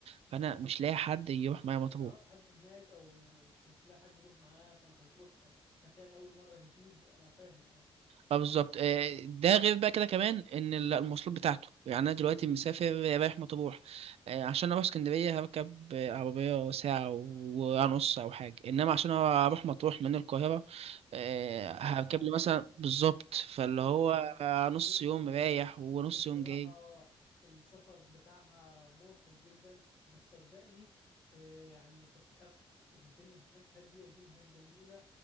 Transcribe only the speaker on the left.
ما تعرفش حد هناك او م- مش مش لاقي حد يروح معاه فانت هتروح مكان اول مره جديد انا فاهم اه
ست ساعات
ست
ساعات
سوبر
جيت
او
الصراحة
اه السفر بتاعها مرهق جدا بس صدقني آه، يعني تستحق الدنيا هناك هادية الدنيا هناك جميلة